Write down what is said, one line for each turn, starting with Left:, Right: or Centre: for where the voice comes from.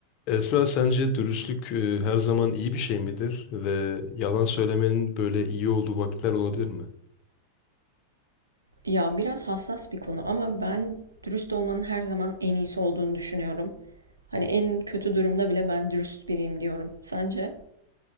Left: Esra sence dürüstlük e, her zaman iyi bir şey midir ve yalan söylemenin böyle iyi olduğu vakitler olabilir mi?
Right: Ya biraz hassas bir konu ama ben dürüst olmanın her zaman en iyisi olduğunu düşünüyorum. Hani en kötü durumda bile ben dürüst biriyim diyorum. Sence?